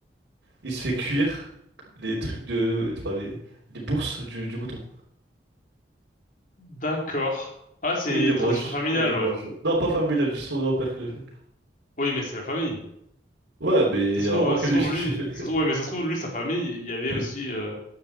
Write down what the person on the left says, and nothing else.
D'accord. Ah, c'est
une
tradition familiale,
ouais.
Oui, mais c'est la famille.
Ça
se
trouve,
euh,
ça
se trouve
lui,
ça se- ouais, mais ça se trouve lui, sa famille, il y avait
aussi. euh,